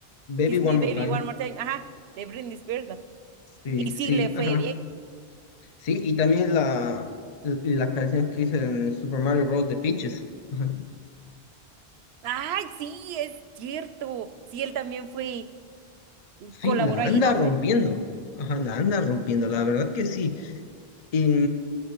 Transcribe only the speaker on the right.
Kiss
Me Baby
One More Time. Ajá, de Britney Spears, ¿no?
Y sí
le fue
bien.
Ay, sí, es cierto. Sí, él también fue,
colaboró
ahí,
¿no
fue?